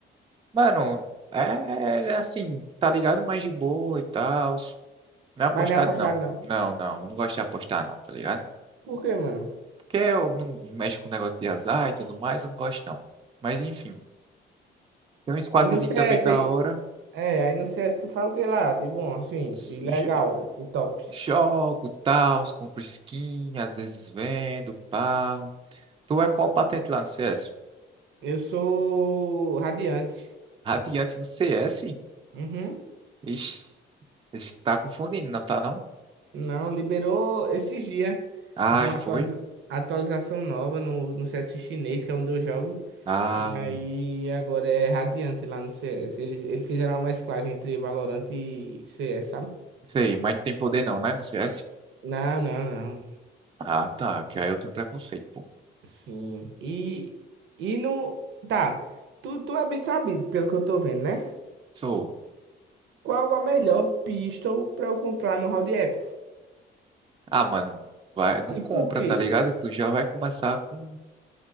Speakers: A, on the right; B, on the right.
A: Mano, é é assim, tá ligado? Mais de boa e tal. Não é apostado,
B: Mas não é apostado,
A: não.
B: não.
A: Não, não. Eu não gosto de apostar, não, tá ligado?
B: Por quê, mano?
A: Porque eu não mexo com negócio de azar e tudo mais, eu não gosto, não. Mas enfim, tem um squadzinho
B: E no CS
A: também da
B: aí.
A: hora.
B: É, aí no CS tu fala o que lá? De bom, assim,
A: S-
B: de legal,
A: jo-
B: de tops.
A: Jogo, tal, compro skin, às vezes vendo, pá. Tu é qual patente lá no CS?
B: Eu sou Radiante.
A: Radiante no CS?
B: Uhum.
A: Ixi, esse tá confundindo, não tá não?
B: Não, liberou esses dias
A: Ai,
B: uma
A: foi.
B: atualiza- atualização nova no, no CS chinês, que é onde eu jogo.
A: Ah,
B: E aí
A: não
B: agora é Radiante lá no CS. Eles, eles fizeram uma mesclagem entre Valorant e CS, sabe?
A: sei, mas não tem poder não, né? No CS?
B: Não, não, não.
A: Ah, tá, que aí eu tenho preconceito, pô.
B: Sim. E, e no. Tá. Tu, tu é bem sabido, pelo que eu tô vendo, né?
A: Sou.
B: Qual a melhor pistol pra eu comprar no Round Echo?
A: Ah, mano, vai, não
B: E
A: compra,
B: por quê?
A: tá ligado? Tu já vai começar com